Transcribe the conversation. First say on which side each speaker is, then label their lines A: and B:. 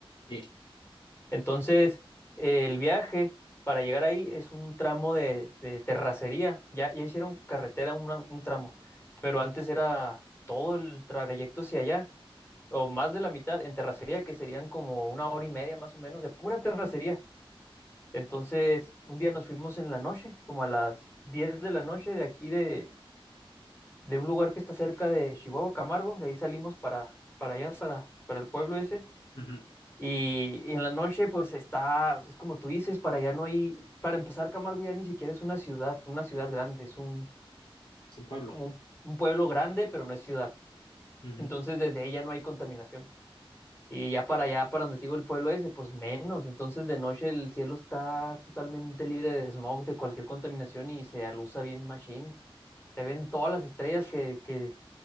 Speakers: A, on the left; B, on the left.
A: Sí.
B: Entonces, eh, el viaje para llegar ahí es un tramo de, de terracería. Ya, ya hicieron carretera una- un tramo, pero antes era todo el trayecto hacia allá, o más de la mitad en terracería, que serían como una hora y media más o menos de pura terracería. Entonces, un día nos fuimos en la noche, como a las 10 de la noche de aquí de de un lugar que está cerca de Chihuahua, Camargo, de ahí salimos para, para allá, para, para el pueblo ese.
A: ujú,
B: Y, y en la noche, pues está, es como tú dices, para allá no hay, para empezar, Camargo ya ni siquiera es una ciudad, una ciudad grande, es un,
A: Es un pueblo.
B: como un, un pueblo grande, pero no es ciudad.
A: ujú,
B: Entonces desde ahí ya no hay contaminación. Y ya para allá, para donde te digo el pueblo ese, pues menos. Entonces de noche el cielo está totalmente libre de smog, de cualquier contaminación y se alusa bien machine. Se ven todas las estrellas que, que,